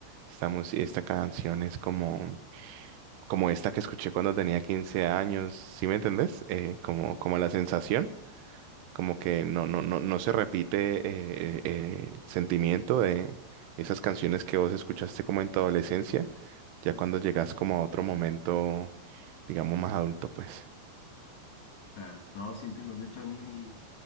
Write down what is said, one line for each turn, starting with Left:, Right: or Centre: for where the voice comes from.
Right: esta, mus- esta canción es como, como esta que escuché cuando tenía 15 años, ¿sí me entendés? Eh, como, como la sensación como que no, no, no, no se repite eh, eh, eh, el sentimiento de esas canciones que vos escuchaste como en tu adolescencia, ya cuando llegas como a otro momento, digamos, más adulto, pues.
Left: Claro, no, sí entiendo. De hecho, a mí, mi-